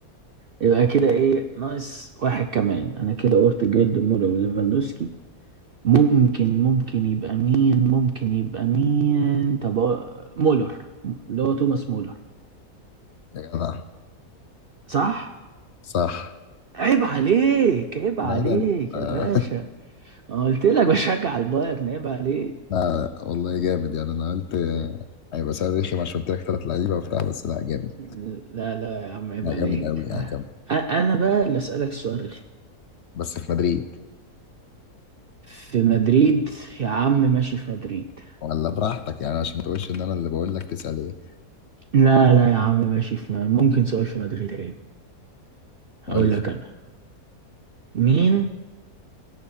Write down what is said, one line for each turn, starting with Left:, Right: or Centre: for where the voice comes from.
Right: يبقى كده ايه ناقص واحد كمان انا كده قلت جولد مولر وليفاندوسكي ممكن ممكن يبقى مين ممكن يبقى مين طب هو- مولر اللي هو توماس مولر
Left: <laughs> يا جماعة
Right: صح
Left: صح
Right: عيب عليك عيب عليك
Left: لا ده آه.
Right: يا باشا أنا قلت لك بشجع البايرن عيب عليك
Left: <laughs> لا والله جامد يعني أنا قلت آه، هيبقى سؤال رخم عشان قلت لك تلات لعيبة وبتاع بس لا جامد
Right: لا لا يا عم عيب
Left: لا
Right: عليك
Left: جامد أوي يعني جامد
Right: أ- انا بقى اللي اسالك سؤال رخي
Left: بس في مدريد
Right: في مدريد يا عم ماشي في مدريد
Left: ولا براحتك يعني عشان ما تقولش إن أنا اللي بقول لك تسأل إيه
Right: لا لا يا عم ماشي في م- ممكن سؤال في مدريد حلو هقول
Left: قول لي
Right: لك انا مين